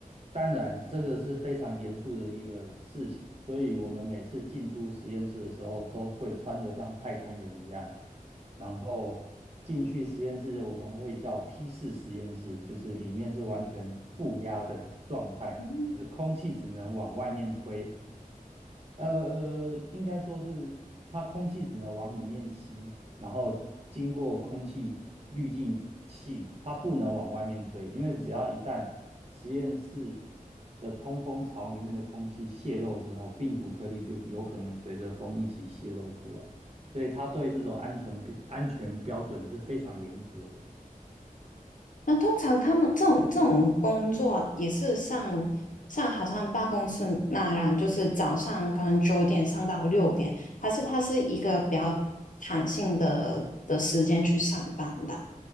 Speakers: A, on the right; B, on the left.
A: 当然，这个是非常严肃的一个事情，所以我们每次进出实验室的时候，都会穿得像太空人一样。然后进去实验室，我们会叫 P 四实验室，就是里面是完全负压的状态，
B: 嗯
A: 就是空气只能往外面吹，呃呃，应该说是它空气只能往里面吸，然后经过空气滤净器，它不能往外面吹，因为只要一旦实验室的通风槽里面的空气泄漏之后，病毒颗粒就有可能随着风一起泄露出来，所以它对这种安全标安全标准是非常严格的。
B: 那通常他们这种这种工作也是上上好像办公室那样，就是早上可能九点上到六点，还是他是一个比较弹性的的时间去上班的？